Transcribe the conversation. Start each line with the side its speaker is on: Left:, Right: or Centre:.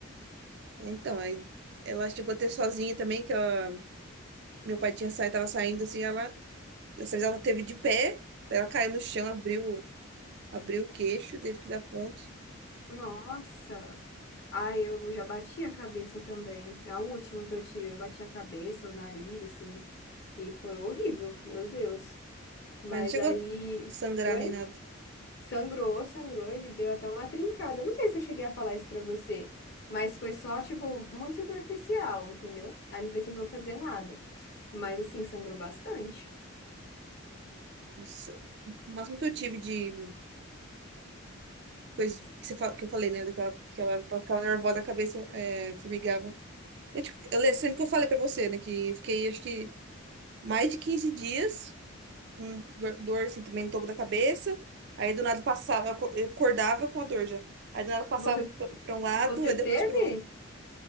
Right: Então, aí ela chegou a ter sozinha também, que ela, meu pai tinha saído, tava saindo, assim, ela, dessa vez ela teve de pé, ela caiu no chão, abriu, abriu o queixo, teve que dar ponto.
Left: Nossa. Ah, eu já bati a cabeça também. É A última que eu tive, eu bati a cabeça, o nariz, assim, e foi horrível, meu Deus. Mas
Right: Mas não chegou
Left: aí,
Right: a sangrar
Left: foi?
Right: nem nada.
Left: Sangrou, sangrou, ele deu até uma trincada. Eu não sei se eu cheguei a falar isso pra você, mas foi só, tipo, muito superficial, entendeu? Aí não precisou fazer nada. Mas, assim, sangrou bastante.
Right: Nossa, O máximo que eu tive de coisa que, você, fa- que eu falei, né? Daquela, que ela ficava nervosa da cabeça, é, formigava. Eu, tipo, eu lembro sempre que eu falei pra você, né? Que eu fiquei, acho que, mais de 15 dias com dor, dor, assim, também no topo da cabeça. Aí, do nada, passava, eu aco- eu acordava com a dor já. Aí, do nada, passava
Left: Você,
Right: pra pra um lado,
Left: você
Right: aí
Left: teve?
Right: depois pro outro.